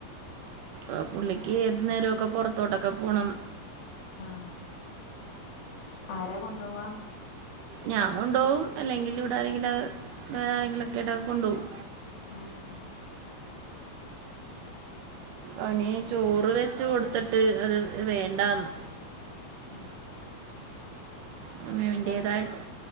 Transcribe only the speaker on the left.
ആഹ് ആരാ കൊണ്ടോവാ?
മ് മ്
മ്
വേണ്ടേ